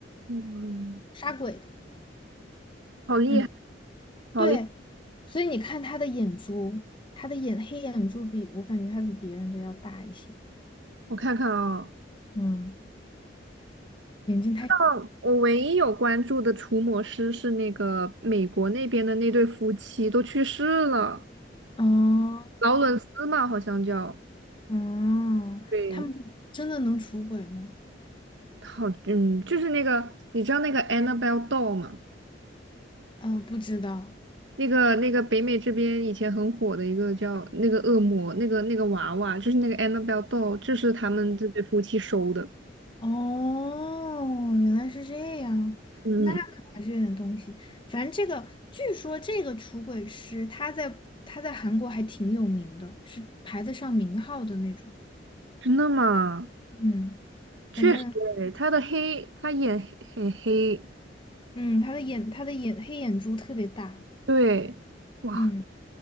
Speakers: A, on the right; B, on the left.
A: 嗯，
B: 杀鬼的。
A: 好厉害，
B: 嗯，
A: 好厉害！
B: 对，所以你看他的眼珠，他的眼黑眼珠比我感觉他比别人都要大一些。
A: 我看看啊、
B: 嗯，眼睛太
A: 哦，我唯一有关注的除魔师是那个美国那边的那对夫妻，都去世了，
B: 哦。
A: 劳伦斯嘛，好像叫。
B: 嗯，
A: 对，
B: 他们真的能出轨吗？
A: 好，嗯，就是那个，你知道那个 Annabelle doll 吗？
B: 嗯、不知道。
A: 那个那个北美这边以前很火的一个叫那个恶魔，那个那个娃娃，就是那个 Annabelle doll，这是他们这对夫妻收的。
B: 哦，原来是这样，
A: 嗯，
B: 那可还是有点东西。反正这个，据说这个出轨师他在他在韩国还挺有名的，是排得上名号的那种。
A: 真的吗？
B: 嗯，
A: 确实诶，
B: 反正
A: 他的黑，他眼黑很黑。
B: 嗯，他的眼他的眼黑眼珠特别大，
A: 对，哇，
B: 嗯，